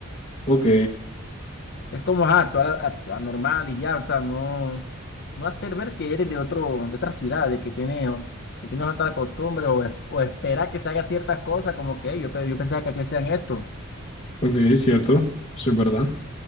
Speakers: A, on the left (about 30°); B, on the left (about 50°).
A: Ok.
B: Es como ajá, actuar, a- actuar normal y ya, o sea, no, no hacer ver que eres de otro, de otra ciudad, de que tienes, que tienes otra costumbre o, o esperar que se haga ciertas cosas como que "Ey, yo, pe- yo pensaba que aquí sean esto.
A: Ok, cierto. Eso es verdad.